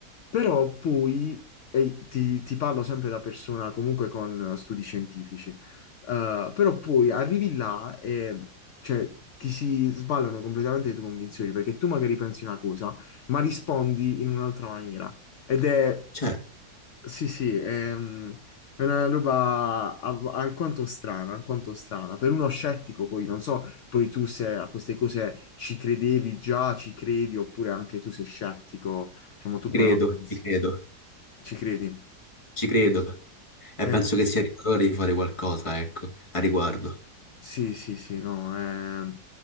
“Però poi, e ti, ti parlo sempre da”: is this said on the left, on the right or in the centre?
Left